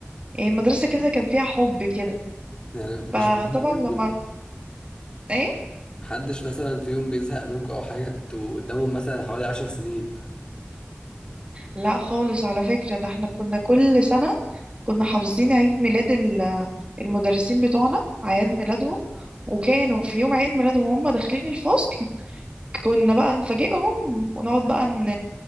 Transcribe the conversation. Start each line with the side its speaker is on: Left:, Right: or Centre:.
Right: يعني المدرسة كده كان فيها حب كده
Left: يعني مش
Right: فطبعا
Left: بيزهقوا منكم
Right: لما ايه
Left: محدش مثلا في يوم بيزهق منكم او حاجه انتوا قدامهم مثلا حوالي عشر سنين
Right: لا خالص على فكرة ده احنا كنا كل سنة كنا حافظين عيد ميلاد ال- المدرسين بتوعنا أعياد ميلادهم وكانوا في يوم عيد ميلادهم وهم داخلين الفصل كنا بقى نفاجئهم ونقعد بقى ن...